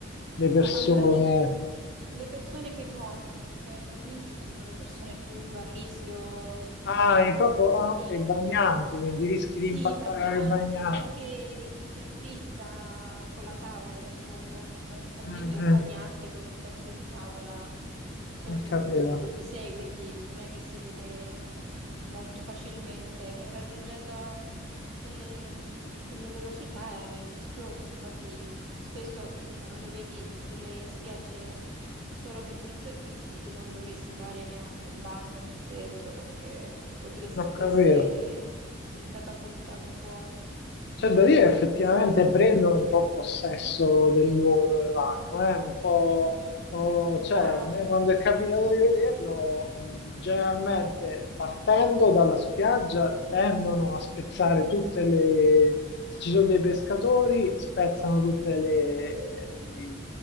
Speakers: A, on the left; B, on the right.
A: le persone...
B: Ma allora, ten- le persone che nuotano fondamentalmente sono le persone più a rischio s-
A: Ah, è proprio... Ah, ok,
B: di...
A: bagnanti, quindi rischi
B: Sì,
A: di impattare
B: i bagnanti,
A: con i bagnanti.
B: ma anche il surfista con la tavola da solo, fondamentalmente
A: Mhm,
B: è un bagnante con un pezzo di tavola sotto,
A: Ho capito.
B: sotto di sé, quindi non è che si vede molto facilmente e raggiungendo quelle, quelle velocità è rischioso, infatti spesso quando vedi delle spiagge solo per windsurfisti tu non dovresti fare neanche un bagno lì dentro perché potresti
A: Ho
B: essere
A: capito.
B: sì, catapultato fuori.
A: C'è da
B: Eh
A: dire
B: sì,
A: che effettivamente
B: sì.
A: prendono un po' possesso del luogo dove vanno, eh? Un po', oh, cioè,
B: Ma
A: a me quando è capitato di vederlo, mh, generalmente partendo dalla spiaggia tendono a spezzare tutte le... Se ci sono dei pescatori, spezzano tutte le,